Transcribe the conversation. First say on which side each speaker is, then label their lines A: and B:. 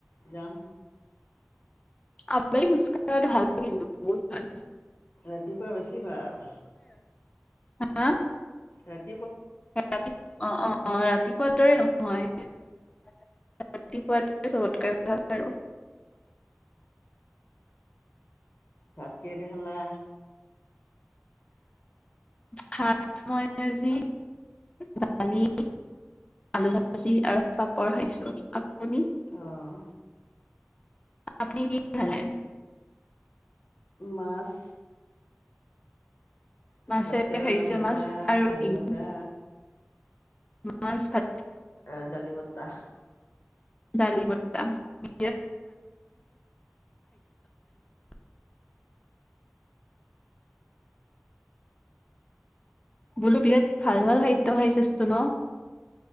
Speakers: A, on the left (about 65°); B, on the left (about 25°).
A: যাম
B: <unintelligible> খোচকাঢ়াটো ভাল বহুত ভাল
A: ৰাতিপুৱা বেছি ভাল
B: হা
A: ৰাতি
B: ৰাতিপুৱা অ অ ৰাতি ৰাতিপুৱাৰ দৰে নহয় ৰাতিপুৱা দোৰিলে চবতকৈ ভাল আৰু
A: ভাত কিহে দি খালা
B: ভাত মই আজি, দালি আলু ভাজি আৰু পাপৰ খাইছোঁ। আপুনি,
A: অঁ
B: আপুনি কি দি খালে?
A: মাছ,
B: মাছেৰে
A: ভাত কেৰেলা
B: খাইছে
A: ভাজা,
B: মাছ আৰু
A: আলু
B: শিঙি
A: ভাজা,
B: মাছ ভাত,
A: আৰু দালি বত্তা।
B: ডালি বট্টা, বি <unintelligible> বোলো বিৰাট ভাল ভাল খাদ্য খাইছা চোন ন?